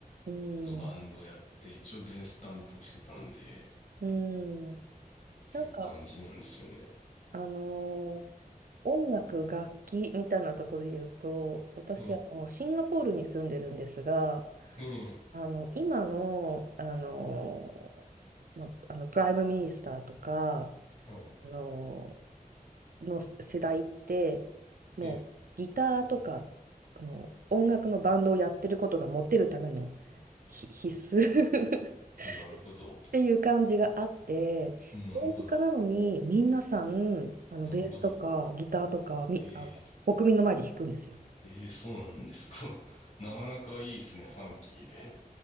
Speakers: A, on the right; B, on the left.
A: うん。
B: とバンドやって一応ベース担当してたんで、っ
A: うん。
B: ていう感じなんですよね。
A: なんか、あのー音楽、楽器みたいなところで言うと、私、
B: ええ、
A: あの、シンガポールに住んでるんですが、
B: ね
A: あの、今の、あの、まあ、あのプライムミニスターとか、
B: え、はい。
A: あの、の世代って、もうギターとか、
B: え
A: あの、音楽のバンドをやってることがモテるためのひ必須 <laughs> っ
B: え、なるほど。
A: ていう感じがあって、
B: なるほど。
A: 政治家なのに皆さん、あの、
B: なるほど。
A: ベースとかギターとか、み、
B: えー
A: あの、国民の前で弾くんですよ
B: ええそうなんですか。<laughs> なかなかいいですね、ファンキーで。